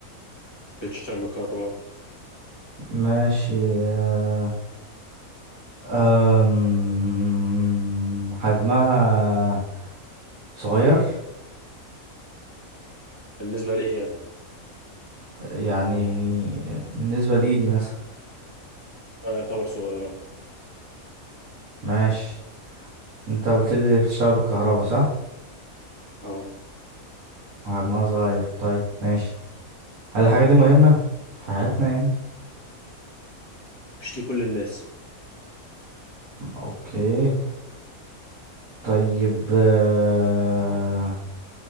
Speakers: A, on the left; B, on the right.
A: بتشتغل بالكهرباء
B: ماشي آه، أم، حجمها صغير
A: بالنسبة لإيه يعني؟
B: يعني بالنسبة لإيدي مثلا
A: آه، يعتبر صغيرة
B: ماشي انت قلت لي بتشتغل بالكهرباء صح
A: اه
B: وحجمها صغير طيب ماشي هل الحاجة دي مهمة في حياتنا يعني
A: مش لكل الناس
B: اوكي طيب آه،